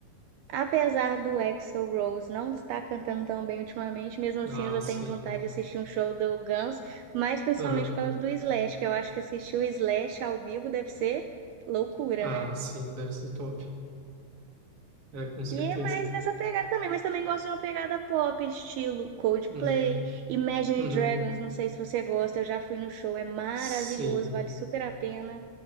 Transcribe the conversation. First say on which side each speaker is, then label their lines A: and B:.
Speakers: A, on the right; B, on the right.
A: Apesar do Axl Rose não estar cantando tão bem ultimamente, mesmo assim
B: Ah,
A: eu ainda
B: sim.
A: tenho vontade de assistir um show do Guns, mas principalmente
B: Uhum.
A: por causa do Slash, que eu acho que assistir o Slash ao vivo deve ser loucura,
B: Ah,
A: né?
B: sim, deve ser top. É, com certeza.
A: E é mais nessa pegada também, mas também gosto de uma pegada pop, estilo Coldplay,
B: Uhum.
A: Imagine
B: Uhum.
A: Dragons, não sei se você gosta, eu já fui no show, é maravilhoso,
B: Sim.
A: vale super a pena.